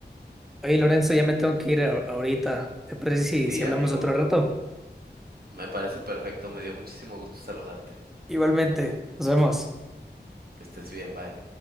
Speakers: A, in the centre; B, on the right.
A: Oye, Lorenzo, ya me tengo que ir a- ahorita. ¿Te parece si,
B: Sí,
A: si hablamos
B: amigo,
A: otro rato?
B: me parece perfecto, me dio muchísimo gusto saludarte.
A: Igualmente, nos vemos.
B: Que estés bien, bye.